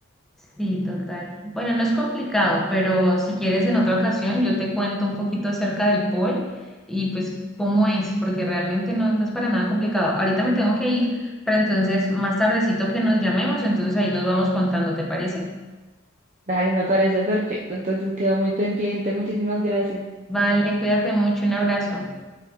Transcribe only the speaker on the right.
Dale, me parece perfecto. Entonces quedo muy pendiente. Muchísimas gracias.